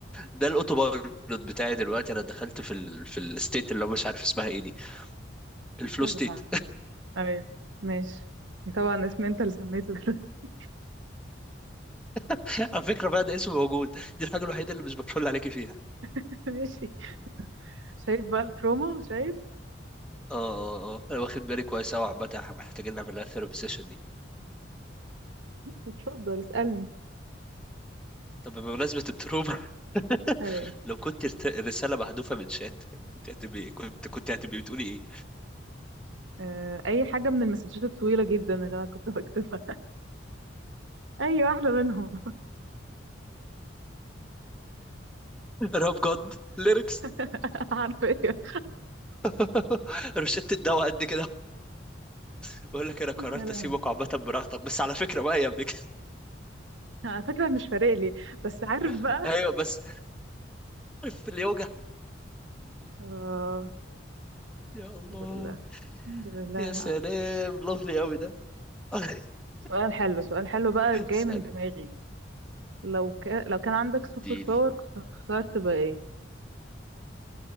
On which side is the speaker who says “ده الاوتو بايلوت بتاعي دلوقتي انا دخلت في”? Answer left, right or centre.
Centre